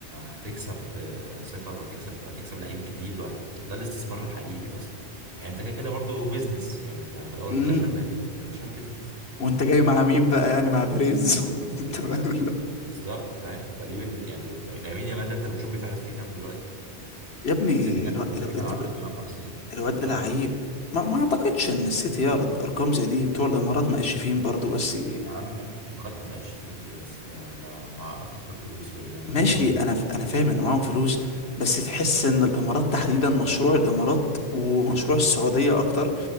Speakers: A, on the right; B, on the left.
A: هتكسب آه، ثقة وهتكسب هتكسب لعيب جديد وهت... ده الاستثمار الحقيقي اصلا يعني انت كده كده برضو بيزنس يعني انت في الاول
B: امم
A: وفي الاخر نادي عشان بيزنس
B: وانت جاي مع مين بقى يعني مع بيريز <laughs> أنت فاهم
A: ده-
B: اللي هو-
A: بالظبط فاهم فدي بالن- يعني لامين يامال ده انت بتشوف بيتعرض فيه كام دلوقتي
B: يا ابني
A: السيتي كان
B: الو-
A: السيتي كان
B: الو-
A: عرضه 350
B: الواد
A: انت متخيل
B: ده لعيب
A: الرقم؟
B: ما, ما اعتقدش ان السيتي يعرض ارقام زي دي بتوع الامارات مقشفين برضو بس
A: يا عم الإمارات متقشفين ايه بس ده ده مع اكتر فلوس في الدوري
B: ماشي انا ف... انا فاهم ان معاهم فلوس بس تحس ان الامارات تحديدا مشروع الامارات ومشروع السعوديه اكتر